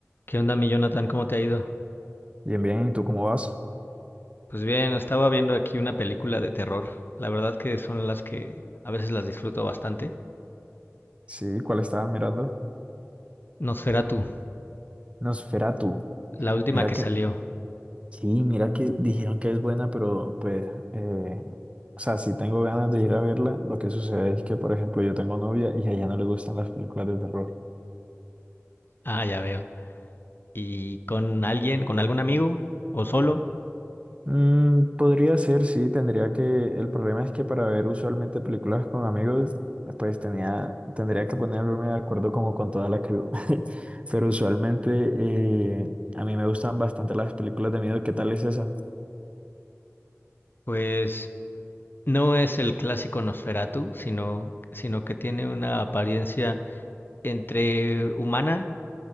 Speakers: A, on the left; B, on the right.
A: ¿Qué onda, mi Jonathan? ¿Cómo te ha ido?
B: Bien, bien, ¿y tú cómo vas?
A: Pues bien, estaba viendo aquí una película de terror. La verdad que son las que a veces las disfruto bastante.
B: Sí, ¿cuál estabas mirando?
A: Nosferatu,
B: Nosferatu.
A: la última
B: Mira
A: que
B: que,
A: salió.
B: sí, mira que dijeron que es buena, pero pues, eh, o sea, si tengo ganas de ir a verla. Lo que sucede es que, por ejemplo, yo tengo novia y a ella no le gustan las películas de terror.
A: Ah, ya veo. ¿Y con alguien, con algún amigo o solo?
B: Mm, podría ser, sí, tendría que, el problema es que para ver usualmente películas con amigos, pues tenía, tendría que ponerme de acuerdo como con toda la crew. <laughs> Pero usualmente eh, a mí me gustan bastante las películas de miedo. ¿Qué tal es esa?
A: Pues no es el clásico Nosferatu, sino, sino que tiene una apariencia entre humana,